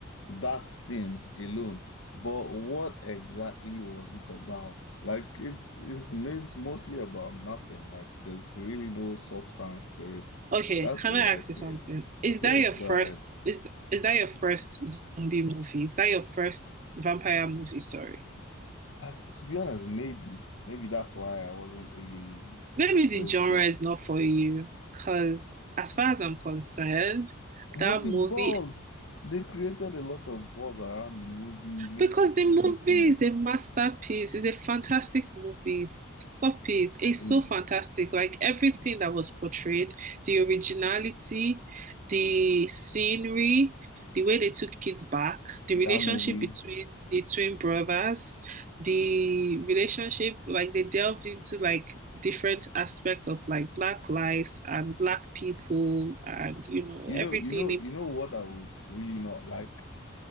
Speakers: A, on the left; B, on the right.
A: that scene alone. But what exactly was it about? Like it's it's mis- mostly about nothing. Like there's really no substance to it.
B: Okay,
A: That's
B: can
A: the
B: I
A: way
B: ask
A: I see
B: you something?
A: it.
B: Is
A: Yes,
B: that your
A: go
B: first
A: ahead.
B: is is that your first zombie movie? Is that your first vampire movie? Sorry.
A: Uh, to be honest, maybe maybe that's why I wasn't really
B: Maybe the
A: so
B: genre
A: keen.
B: is not for you, because as far as I'm concerned,
A: But
B: that
A: the
B: movie
A: buzz, they created a lot of buzz around the movie, made
B: Because
A: people
B: the movie
A: go see
B: is a masterpiece, it's a fantastic movie. Stop it. It's
A: it.
B: so fantastic. Like everything that was portrayed, the originality, the scenery, the way they took kids back, the
A: That
B: relationship
A: movie,
B: between the twin brothers, the relationship, like they delved into like different aspects of like black lives and black people and you know
A: you
B: everything.
A: know, you know,
B: in-
A: you know what I would really not like